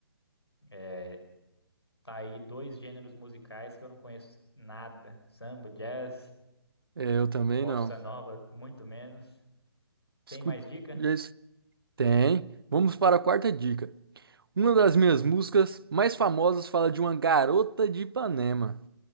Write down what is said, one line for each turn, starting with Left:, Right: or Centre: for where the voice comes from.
Left: É, tá aí dois gêneros musicais que eu não conheço nada. Samba, jazz.
Right: É, eu também
Left: Bossa
Right: não.
Left: nova, muito menos.
Right: Escu-
Left: Tem mais dica?
Right: já es- Tem. Vamos para a quarta dica. Uma das minhas músicas mais famosas fala de uma garota de Ipanema.